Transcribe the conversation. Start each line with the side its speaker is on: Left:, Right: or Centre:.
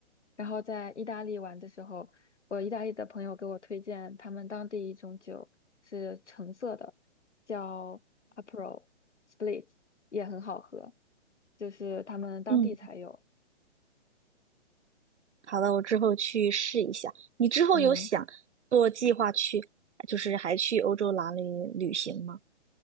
Left: 然后在意大利玩的时候，我意大利的朋友给我推荐他们当地一种酒是橙色的，叫 Aperol Spritz，也很好喝，就是他们当地才有。
Right: 嗯好的，我之后去试一下。你之后有想做计划去，
Left: 嗯。
Right: 就是还去欧洲哪里旅行吗？